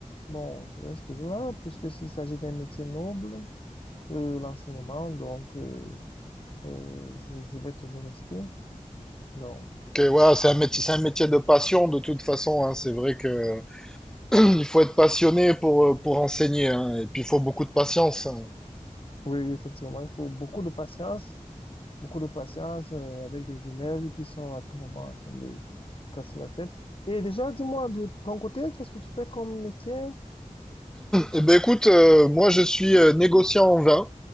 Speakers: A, on the left (about 40°); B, in the centre.
A: Bon, je reste toujours là, puisque s'il s'agit d'un métier noble, euh, l'enseignement, donc euh, euh, je, je vais toujours rester. Donc,
B: Ok, ouais, c'est un métier, c'est un métier de passion de toute façon, hein. C'est vrai que <clears throat> il faut être passionné pour, euh, pour enseigner, hein, et puis il faut beaucoup de patience. hein.
A: oui, effectivement, il faut beaucoup de patience, beaucoup de patience euh, avec des élèves qui sont à tout moment en train de casser la tête. Et déjà, dis-moi, de ton côté, qu'est-ce que tu fais comme métier?
B: Eh ben écoute, euh, moi je suis euh, négociant en vin,